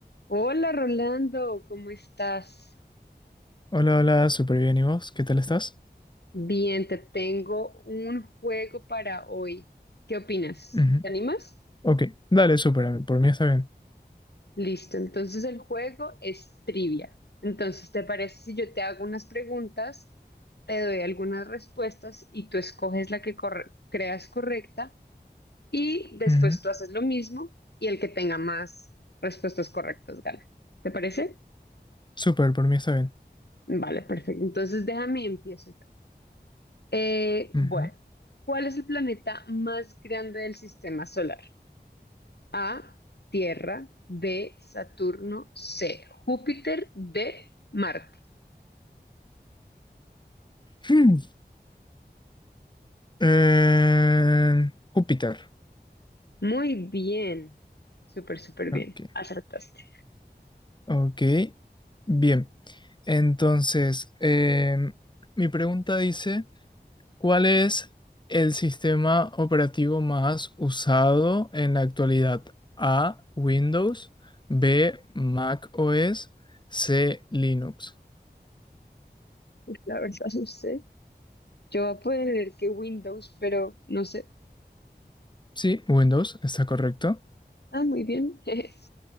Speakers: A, on the left; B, on the left.
A: Hola Rolando, ¿cómo estás?
B: Hola, hola, súper bien. ¿Y vos? ¿Qué tal estás?
A: Bien, te tengo un juego para hoy. ¿Qué opinas?
B: Ujú.
A: ¿Te animas?
B: Ok, dale, súper. a- Por mí está bien.
A: Listo, entonces el juego es trivia. Entonces, ¿te parece si yo te hago unas preguntas, te doy algunas respuestas y tú escoges la que corre- creas correcta y después
B: Ujú.
A: tú haces lo mismo y el que tenga más respuestas correctas gana? ¿Te parece?
B: Súper, por mí está bien.
A: Vale, perfecto. Entonces déjame empiezo. Eh,
B: Ujú.
A: bueno, ¿cuál es el planeta más grande del sistema solar? A, Tierra, B, Saturno, C, Júpiter, D, Marte.
B: <clears throat> Hmm. Eh, Júpiter.
A: Muy bien, súper, súper bien,
B: Ok,
A: acertaste.
B: ok. Bien. Entonces, em, mi pregunta dice, ¿cuál es el sistema operativo más usado en la actualidad? A, Windows, B, Mac OS, C, Linux.
A: La verdad, no sé. Yo voy a poner que Windows, pero no sé.
B: Sí, Windows, está correcto.
A: Ah, muy bien. <laughs>